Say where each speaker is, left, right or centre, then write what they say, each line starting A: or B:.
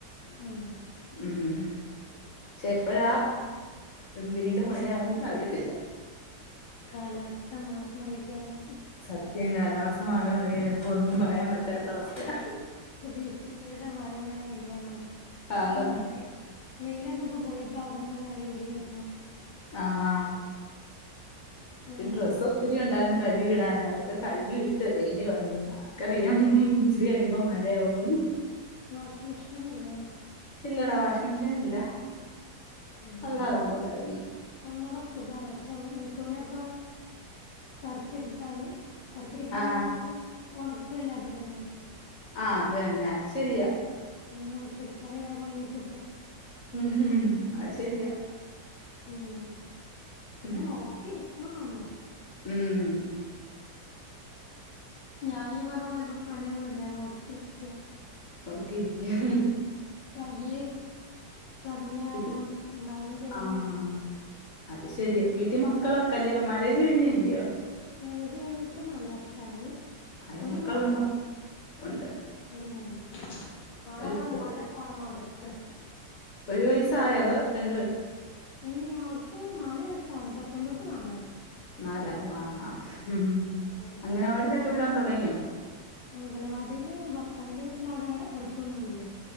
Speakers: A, on the left; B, on the left.
A: ആഹ്.
B: ഉം. ക്ഷെ എപ്പഴാ വീണ്ടും മഴയാവുന്നന്ന് അറിയത്തില്ല.
A: കാലാവസ്ഥ മാറി മറിയുകയാണ്.
B: സത്യം കാലാവസ്ഥ മാറി മറിയുകയാണ് ഇപ്പൊ ഒന്നും പറയാൻ പറ്റാത്ത അവസ്ഥയാ.
A: പ്രതീക്ഷിക്കരുത് മഴയാണോ വെയിലാണോന്ന്
B: ആന്ന്
A: ഇപൊന്ന് വെയി വെയില് ഒന്ന് പ്പോ പോയി. ഇപ്പൊ അവിട്ന്നതാ ഇങ്ങനെ വെയില് വര്ണ്.
B: ആഹ് ഹാ.
A: എന്താ
B: ഇൻ ഡ്രസ്സ് ഒത്തിരി ഉണ്ടായിരുന്ന് കഴുകി ഇടാന് അതൊക്കെ. കഴുകി ഇട്ട് വെയില് കണ്ടോണ്ട് ആർക്കറിയാം ഇച്ചിരി കഴിയുമ്പം മഴയാകൂന്ന്.
A: വാഷിംഗ് മിഷീനില്ലേ.
B: ഇല്ലടാ വാഷിംഗ് മെഷീൻ ഇല്ല
A: ആഹ്
B: അല്ലാതാ
A: അതന്നെ
B: മ്മള് കഴുകുന്നത്.
A: ഒന്നൂടെ സുഖാണ്. പശേ തുണ്യൊക്കെ കറക്കി ട്ത്താല്. കറക്കിട്ക്കാന്ന
B: ആഹ്
A: പറഞ്ഞാ നമ്മളത് ഒണക്കൊല്ലോ അതിലന്നെ.
B: ആഹ് അത് തന്നെ അത് ശരിയാ
A: അങ്ങനെ ഒണക്കിയെടുത്താല് വേഗം ഒണങ്ങി കിട്ടും.
B: അഹ് ശെരിയാ
A: ഉം പിന്നെ
B: ഉം
A: നോക്കിയിരിക്കണം നമ്മള്
B: ഉം
A: ഞാനീ പറഞ്ഞപോലെ ഇപ്പ പണിയൊന്നുല്ല നോക്കിയിരിക്കാ
B: നോക്കിയിരിക്ക്യാ
A: കയ്യ് ചതഞ്ഞ കാരണം
B: ഇത്
A: ഇന്നാ ഒന്നും ചെയ്യാനും
B: ആഹ്
A: പറ്റൂലല്ലോ
B: അത് ശരിയാ. വീട്ടീ മക്കളൊക്കെ അല്ലിയോ മാരേജ് കഴിഞ്ഞ അല്ലിയോ?
A: മാരേജ് കഴിഞ്ഞിട്ട് നാലു വർഷായി.
B: ആയി
A: ഒരു
B: മക്കളുണ്ടോ
A: മോനൊള്ളു.
B: ഉണ്ട്
A: ഒരു മോന് ആളതാ
B: ഒരു
A: ഉമ്മാടെ
B: എത്ര
A: ഫോണ് മ്മേ അവ്ടെ ഇരിക്ക്ണ്
B: ഒരു വയസായോ അതോ രണ്ട് വ
A: ഇല്ല ആൾക്ക് നാല് വയസ്സാവ്ണ് സെപ്റ്റംബർക്ക് നാലാവും
B: നാലാവും ആഹ് ഉം
A: അങ്ങനെ
B: അങ്ങൻവാടിയിലൊക്കെ വിടാൻ തൊടങ്ങിയോ
A: അംഗലവാടിയില് ഭർത്താവിന്റെ വീട്ടില് അവ്ടെ അടുത്തൊന്നു ല്ലാ